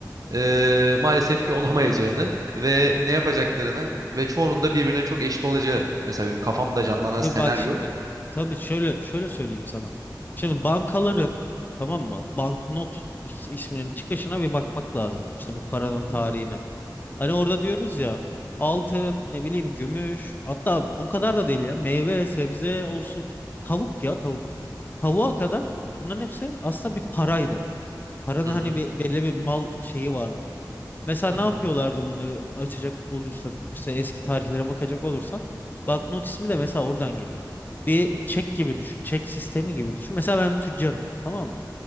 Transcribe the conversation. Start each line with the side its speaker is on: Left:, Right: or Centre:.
Right: eee, maalesef ki olamayacağını ve ne yapacaklarını ve çoğunun da birbirine çok eşit olacağı. Mesela benim kafamda canlanan
Left: Ya
Right: senaryo.
Left: bak şimdi tabii şöyle şöyle söyleyeyim sana. Şimdi bankaların tamam mı banknot is- isminin çıkışına bir bakmak lazım. İşte bu paranın
Right: Hı hı
Left: tarihine. Hani orada diyoruz ya altın ne bileyim gümüş hatta o kadar da değil ya meyve sebze olsun tavuk ya tavuk. Tavuğa kadar bunların hepsi aslında bir paraydı. Paranın
Right: hı
Left: hani
Right: hı
Left: bir, belli bir mal şeyi vardı. Mesela
Right: hı
Left: ne
Right: hı.
Left: yapıyorlardı bunları açacak olursan işte eski tarihlere bakacak olursan banknot ismi de mesela oradan geliyor. Bir çek gibi düşün çek sistemi gibi düşün. Mesela ben tüccarım tamam mı?